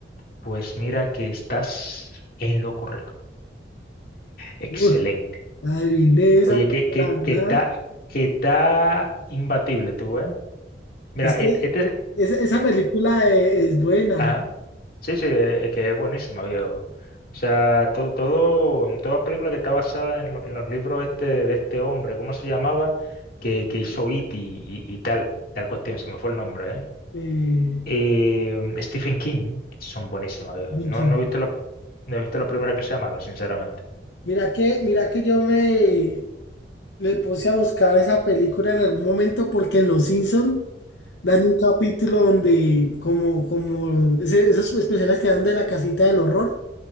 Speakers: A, on the left; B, on the left.
A: pues mira que estás en lo correcto. Excelente.
B: Uy, adiviné esa,
A: Oye,
B: porque
A: que, que,
B: la verdad.
A: que está, que está imbatible tú, ¿eh? Mira,
B: Es que
A: et- este,
B: esa, esa película eh, es, buena.
A: Ajá. Sí, sí, eh, que es buenísima, viejo. O sea, todo, todo, toda película que está basada en, lo- en los libros este, de este hombre, ¿cómo se llamaba? Que, que hizo It y, y- y tal, tal cuestión, se me fue el nombre, ¿eh?
B: Eh,
A: Eh, Stephen King, son buenísimas, viejo.
B: Mickey.
A: No, no he visto la, no he visto la primera que sea mala, sinceramente.
B: Mira que, mira que yo me, me puse a buscar esa película en algún momento porque en Los Simpson dan un capítulo donde como, como ese- esos especiales que dan de la casita del horror,